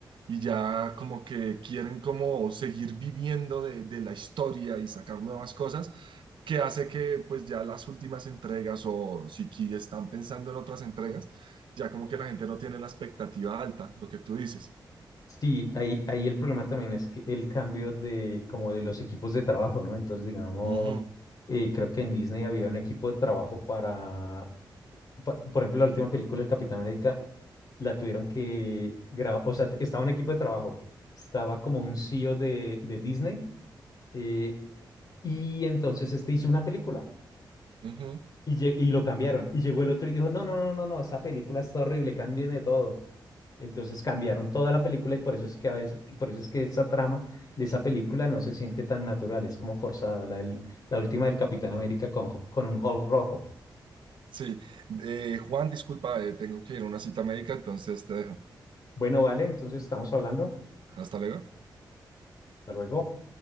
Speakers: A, on the right; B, on the left.
A: y ya como que quieren como seguir viviendo de, de la historia y sacar nuevas cosas que hace que pues ya las últimas entregas o si qui- están pensando en otras entregas, ya como que la gente no tiene la expectativa alta, lo que tú dices.
B: Sí, ahí, ahí el problema también es que el cambio de como de los equipos de trabajo, ¿no? Entonces, digamos,
A: Ujú,
B: eh, creo que en Disney había un equipo de trabajo para, pa- por ejemplo, la última película del Capitán América la tuvieron que grabar, o sea, estaba un equipo de trabajo, estaba como un CEO de, de Disney eh, Y entonces este hizo una película
A: ujú.
B: y, lle- y lo cambiaron. Y llegó el otro y dijo, no, no, no, no, no, esa película está horrible, cámbieme todo. Entonces cambiaron toda la película y por eso es que a veces, que por eso es que esa trama de esa película no se siente tan natural, es como forzada, la, del- la última del Capitán América con, con un Hulk rojo.
A: Sí, eh, Juan, disculpa, eh, tengo que ir a una cita médica, entonces te dejo.
B: Bueno, vale, entonces estamos hablando.
A: Hasta luego.
B: Hasta luego.